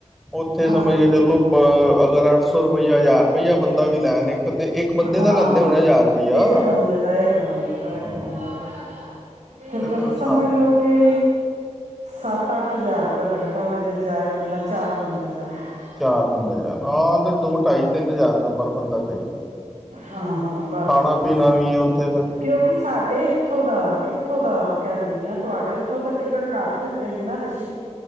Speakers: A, in the centre; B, on the right (about 80°).
A: ਉੱਥੇ
B: ਹਾਂ
A: ਸਮਝ ਕੇ ਚਲੋ ਅ ਅਗਰ ਅੱਠ ਸੌ ਰੁਪਈਆ ਹਜ਼ਾਰ ਰੁਪਈਆ ਬੰਦਾ ਵੀ ਲੈਣ ਤੇ ਇੱਕ
B: ਹਾਂ
A: ਬੰਦੇ ਦਾ ਲੈਂਦੇ ਹੋਣੇ ਹਜ਼ਾਰ ਰੁਪਈਆ
B: ਇੱਕ ਬੰਦੇ ਦਾ ਇੱਕ ਬੰਦੇ ਦਾ
A: ਹਾਂ
B: ਇੱਕ ਬੰਦੇ ਦਾ ਤੇ
A: ਫਿਰ ਉਸ ਹਿਸਾਬ
B: ਸਮਝ
A: ਨਾਲ
B: ਲੋਓ ਕਿ ਸੱਤ ਅੱਠ ਹਜ਼ਾਰ ਰੁਪਇ ਲੱਗਦਾ ਵ ਜੇ ਜਾਏ ਬੰਦਾ ਚਾਰ ਬੰਦਾ ਜਾਵੇ
A: ਚਾਰ ਬੰਦੇ ਜਾਣ ਆ ਤੇ ਦੋ ਢਾਈ ਤਿੰਨ ਹਜ਼ਾਰ ਰੁਪਏ ਪਰ ਬੰਦਾ ਚਾਹੀਦਾ
B: ਹਾਂ ਹਾਂ ਬਸ
A: ਖਾਣਾ
B: ਬਸ
A: ਪੀਣਾ ਵੀ ਹੈ ਉੱਥੇ ਫਿਰ
B: ਕਿਉਂਕਿ ਸਾਡੇ ਇੱਥੋਂ ਦਾ ਉੱਥੋਂ ਦਾ ਕਹਿੰਦੇ ਤੁਹਾਡੇ ਉੱਥੋਂ ਤਾਂ ਟਿਕਟ ਘੱਟ ਲੱਗੇਗੀ ਨਾ ਰਿਸ਼ੀ